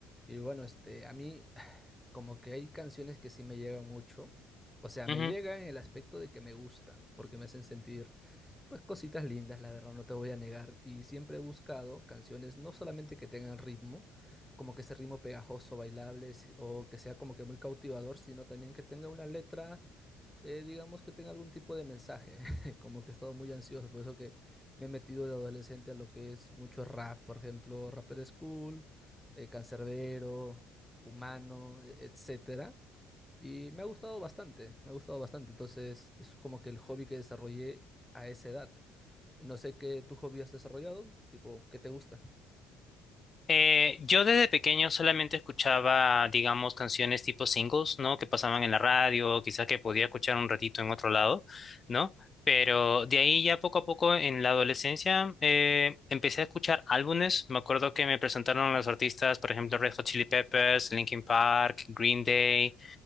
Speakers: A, in the centre; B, on the left.
A: Y bueno, este, a mí <sighs> como que hay canciones que sí me llegan mucho. O sea, me
B: Ujú.
A: llegan en el aspecto de que me gustan, porque me hacen sentir, pues, cositas lindas, la verdad, no te voy a negar. Y siempre he buscado canciones no solamente que tengan ritmo, como que ese ritmo pegajoso, bailable, si- o que sea como que muy cautivador, sino también que tenga una letra eh, digamos que tenga algún tipo de mensaje, <laughs> como que he estado muy ansioso, por eso que me he metido de adolescente a lo que es mucho rap, por ejemplo, Rapper School, eh, Canserbero, Humano, e- etcétera, y me ha gustado bastante, me ha gustado bastante, entonces es como que el hobby que desarrollé a esa edad. No sé qué tu hobby has desarrollado, tipo, ¿qué te gusta?
B: Eh, yo desde pequeño solamente escuchaba, digamos, canciones tipo singles, ¿no? Que pasaban en la radio, quizás que podía escuchar un ratito en otro lado, ¿no? Pero de ahí ya poco a poco en la adolescencia eh, empecé a escuchar álbumes. Me acuerdo que me presentaron los artistas, por ejemplo, Red Hot Chili Peppers, Linkin Park, Green Day,